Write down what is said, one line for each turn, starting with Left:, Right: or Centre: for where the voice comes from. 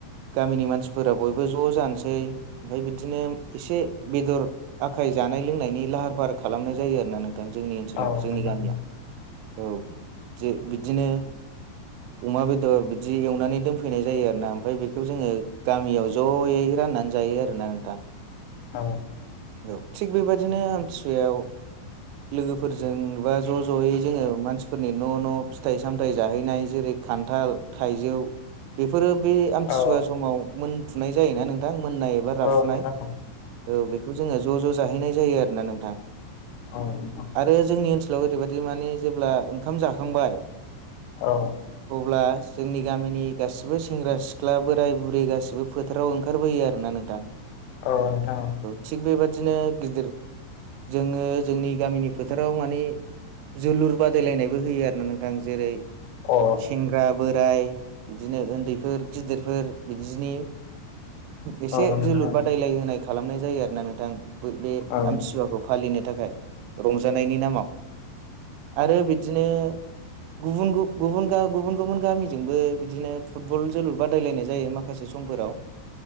Right: गामिनि मानसिफोरा बयबो ज' जानोसै ओमफ्राय बिदिनो एसे बेदर आखाय जानाय लोंनायनि लाहार फाहार खालामनाय जायो आरोना नों जोंनि ओनसोलाव
Left: औ
Right: जोंनि
Left: नोंथां
Right: गामियाव औ जे बिदिनो अमा बेदर बिदि एवनानै दोनफैनाय जायो आरोना ओमफ्राय बेखौ जोङो गामियाव जयै राननानै जायो आरो ना नोंथां
Left: औ
Right: औ थिग बेबादिनो आमथिसुवायाव लोगोफोरजों बा ज' ज'यै जोङो मानसिफोरनि न' न' फिथाइ सामथाइ जाहैनाय जेरै खान्थाल थाइजौ बेफोरो बे आमथिसुवा
Left: औ
Right: समाव मोनफुनाय जायोना नोंथां मोननाय एबा राफुनाय
Left: औ नोंथां
Right: औ बेखौ जोङो ज' ज' जाहैनाय जायो आरोना नोंथां
Left: औ नोंथां
Right: आरो जोंनि ओनसोलाव ओरैबायदि माने जेब्ला ओंखाम जाखांबाय
Left: औ
Right: अब्ला जोंनि गामिनि गासिबो सेंग्रा सिख्ला बोराय बुरै गासिबो फोथाराव ओंखारबोयो आरोना नोंथां
Left: औ नोंथां औ
Right: थिग बेबादिनो गिदिर जोङो जोंनि गामिनि फोथाराव मानि जोलुर बादायलायनायबो होयो आरो ना नोंथां जेरै
Left: औ अ नोंथां औ
Right: सेंग्रा बो- राय बिदिनो उन्दैफोर गिदिरफोर बिदिनि एसे
Left: औ नोंथां
Right: जोलुर बादायलाय होनाय खालामनाय जायो आरो ना नोंथां बे
Left: औ नोंथां औ
Right: आमथिसुवाखौ फालिनो थाखाय रंजानायनि नामाव आरो बिदिनो गुब गुबुन गुबुन गुबुन गामिजोंबो बिदिनो फुटबल जोलुर बादायलायनाय जायो मा- माखासे समफोराव